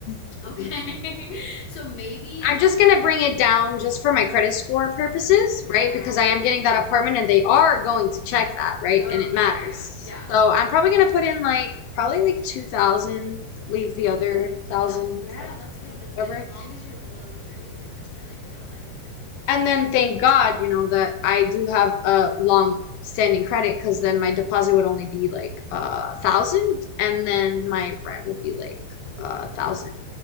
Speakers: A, on the left; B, on the left.
A: <laughs>
B: okay <laughs> so maybe
A: I'm
B: not
A: just gonna bring it down just for my credit score purposes,
B: yeah
A: right? Because I am getting that apartment and they are going to check that, right?
B: oh
A: And it
B: yeah
A: matters.
B: yeah yeah yeah
A: So I'm probably gonna put in like probably like 2000, leave the other 1000,
B: That's yeah, that's good. That's
A: whatever.
B: good. As long as you're below the 33%, I feel like.
A: and then thank God, you know, that I do have a long standing credit because then my deposit would only be like a uh, thousand, and then my rent would be like a thousand